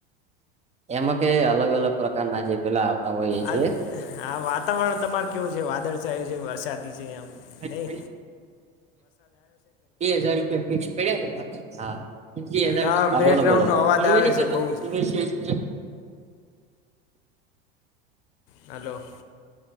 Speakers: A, on the right; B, on the left.
A: એમાં કે અલગ અલગ પ્રકારના જે પેલા. હોઈએ છીએ.
B: આ હા વાતાવરણ તમાર કેવું છે વાદળછાયું છે વરસાદી છે આમ
A: એટલે
B: નહી.
A: બે હજાર રૂપિયા ફિક્સ પડ્યા હા બે હજારની.
B: તો
A: હા
B: બેકગ્રાઉન્ડનો
A: બોલો બોલો
B: અવાજ
A: <unintelligible>
B: આવે છે બહુ જ
A: <inaudible>
B: હાલો!